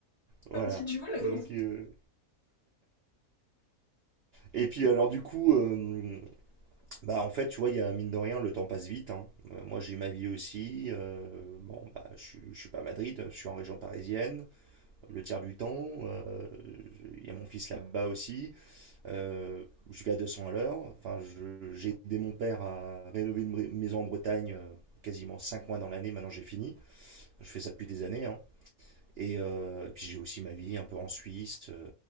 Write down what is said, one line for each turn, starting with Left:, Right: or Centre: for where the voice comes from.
Right: Voilà.
Left: comme dit Jules.
Right: Donc, euh, Et puis alors du coup, euh, bah en fait tu vois, il y a mine de rien, le temps passe vite. hein. Euh, moi j'ai ma vie aussi. euh, bon bah je suis, je suis pas à Madrid, je suis en région parisienne. Le tiers du temps, euh, il y a mon fils là-bas aussi. Euh, je vais à 200 à l'heure. Enfin, je- j'ai aidé mon père à rénover une bri- maison en Bretagne. euh, quasiment cinq mois dans l'année, maintenant j'ai fini. Je fais ça depuis des années, hein. Et, euh, et puis j'ai aussi ma vie un peu en Suisse, euh,